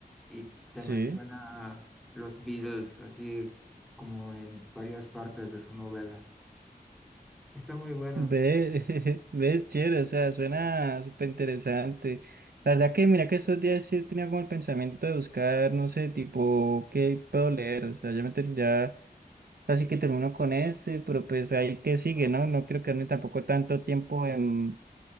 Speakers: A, in the centre; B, on the right.
A: y te
B: sí.
A: menciona los Beatles, así como en varias partes de su novela. Está muy bueno.
B: Ve, <laughs> ves, chévere, o sea, suena súper interesante. La verdad que mira que estos días sí tenía como el pensamiento de buscar, no sé, tipo, ¿qué puedo leer? O sea, ya, me ter- ya casi que termino con este, pero pues ahí que sigue,
A: Ah,
B: ¿no? No quiero quedarme tampoco tanto tiempo en,